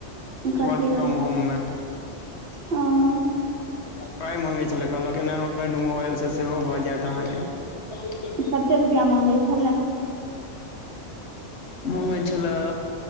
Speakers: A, on the right (about 55°); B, on the left (about 70°).
A: कथी
B: वर्क
A: भेलै
B: फ्रॉम होम मे
A: हँ
B: पाइ मंगैत छलै कहलक एंड्रॉइड मोबाइलसँ सेहो भऽ जायत अहाँके
A: कते रुपैआ माँंगै छलै
B: माँगै छले